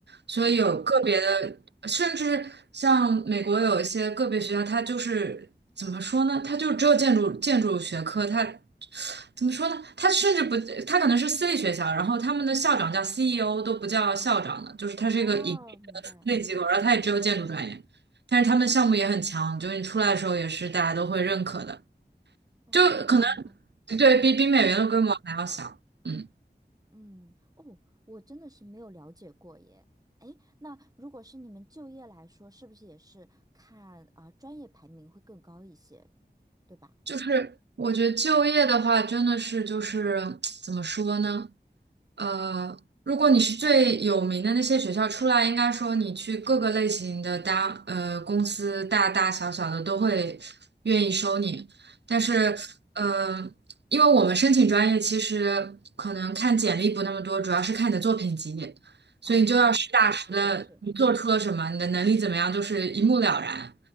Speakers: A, on the right; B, on the right.
A: 所以有个别的，
B: 哦。
A: 甚至像美国有一些个别学校，它就是怎么说呢？它就只有建筑建筑学科，它怎么说呢？它甚至不，它可能是私立学校，然后他们的校长叫 CEO 都不叫校长的，就是它是一个盈利的私立机构，
B: 哦，明白。
A: 然后它也只有建筑专业，但是他们项目也很强，就是你出来的时候也是大家都会认可的，
B: 哦，
A: 就可能对比比美元的规模还要小。
B: 原来是这样。
A: 嗯。
B: 嗯，哦，我真的是没有了解过耶。哎，那如果是你们就业来说，是不是也是看啊、呃专业排名会更高一些，对吧？
A: 就是我觉得就业的话，真的是就是怎么说呢？呃，如果你是最有名的那些学校出来，应该说你去各个类型的大呃公司，大大小小的都会愿意收你。但是，
B: 嗯，
A: 呃，因为我们申请专业其实可能看简历不那么多，主要是看你的作品集，所以你就要实打实的你做出了什么，
B: 啊，对，其实也是。
A: 你的能力怎么样，就是一目了然。